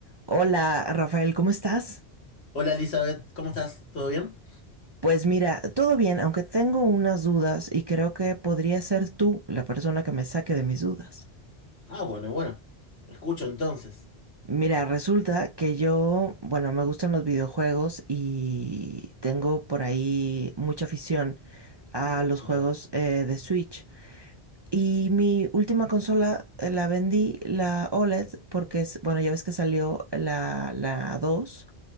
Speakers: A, on the right; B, on the left.
A: Hola, Rafael, ¿cómo estás?
B: Hola Elizabeth, ¿cómo estás? ¿Todo bien?
A: Pues mira, todo bien, aunque tengo unas dudas y creo que podría ser tú la persona que me saque de mis dudas.
B: Ah, bueno, bueno. Me escucho entonces.
A: Mira, resulta que yo, bueno, me gustan los videojuegos y tengo por ahí mucha afición a los juegos
B: Bien.
A: eh, de Switch. Y mi última consola eh, la vendí, la OLED, porque es, bueno, ya ves que salió la, la 2.